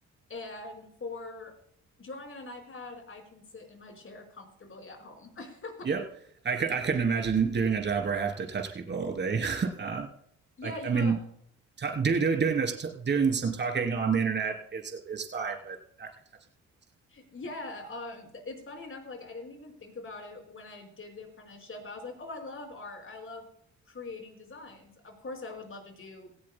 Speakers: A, on the left; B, on the right.
A: and for drawing on an iPad, I can sit in my chair comfortably at home. <laughs>
B: Yep, I, cu- I couldn't imagine doing a job where I have to touch people all day. <laughs> uh,
A: Yeah,
B: like,
A: you
B: I
A: know,
B: mean, t- do, do, doing this, t- doing some talking on the internet is is fine, but actually touching people is
A: yeah. Um, th- it's funny enough, like I didn't even think about it when I did the apprenticeship. I was like, oh, I love art. I love creating designs. Of course, I would love to do